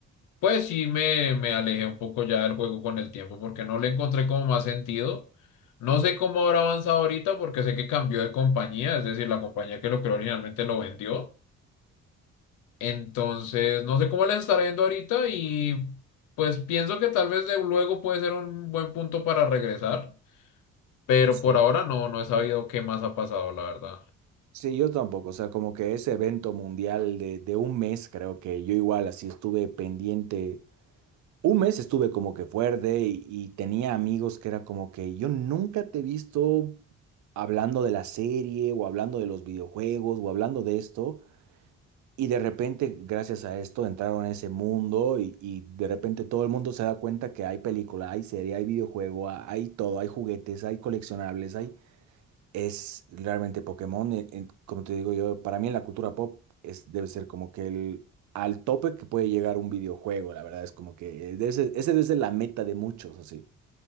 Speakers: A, on the left; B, on the right.
A: pues sí me, me alejé un poco ya del juego con el tiempo porque no le encontré como más sentido. No sé cómo habrá avanzado ahorita porque sé que cambió de compañía, es decir, la compañía que lo creó originalmente lo vendió. Entonces, no sé cómo les estará yendo ahorita y pues pienso que tal vez de luego puede ser un buen punto para regresar, pero
B: Sí.
A: por ahora no, no he sabido qué más ha pasado, la verdad.
B: Sí, yo tampoco, o sea, como que ese evento mundial de, de un mes, creo que yo igual así estuve pendiente Un mes estuve como que fuerte y, y tenía amigos que era como que yo nunca te he visto hablando de la serie o hablando de los videojuegos o hablando de esto. Y de repente, gracias a esto, entraron a ese mundo y, y de repente todo el mundo se da cuenta que hay película, hay serie, hay videojuego, ha- hay todo, hay juguetes, hay coleccionables, hay es realmente Pokémon. en- en- como te digo yo, para mí en la cultura pop es, debe ser como que el al tope que puede llegar un videojuego, la verdad es como que ese, ese debe ser la meta de muchos, así.